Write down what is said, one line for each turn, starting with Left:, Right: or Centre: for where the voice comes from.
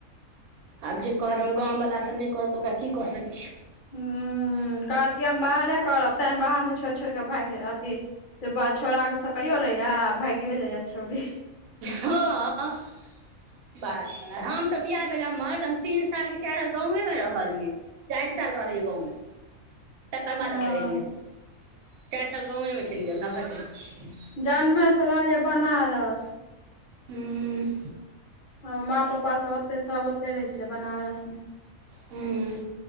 Right: आब जे कहत हम गाँम वला सँ नैय करब तऽ ओकरा की कऽ सकैय छी?
Left: ह्म्म कहत कि हम बाहरे करब, तैं बाहर मे छोड़ि-छोड़ि केऽ भागि जाय अथी से बा छौड़ा सब कइयो लैयऽ आ भाइगियो जाइयाऽ छौरी।
Right: हॉं। बाहर बला हम तऽ बियाह भेलै हमर, तऽ हम तीन साल कि चारि साल गाँवैं मे रहलियै। चारि साल रहलियै गाँवमे। तकर
Left: हँ
Right: बाद एतय एलियै हम। चारि साल गाँमे छलियै हम नभट्टे मे।
Left: जन्मे सँ रहलियै बनारस।
Right: हूँम्म।
Left: हमर माँ पप्पा सब ओतेऽ सब ओतेऽ रहै छले बनारस मे।
Right: हूम्म।